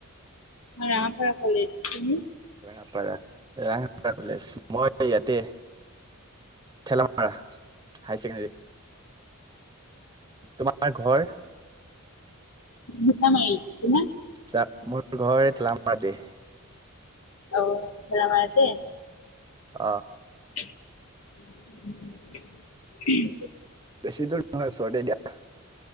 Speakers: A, on the left (about 75°); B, on the right (about 20°).
A: ৰাঙাপৰা কলেজ তুমি?
B: ৰাঙা পাৰা-ৰাঙা পাৰা কলেজ মই ইয়াতে ঠেলামাৰা হাই চেকেণ্ডেৰী। তোমাৰ ঘৰ?
A: মিচামাৰি তোমাৰ?
B: <unintelligible> মোৰ ঘৰ থেলম্পতি।
A: <unintelligible> অ, থেলামাৰিত নে?
B: অ',
A: <unintelligible> উম,
B: বেছি দূৰ নহয় ওচৰতে দিয়া।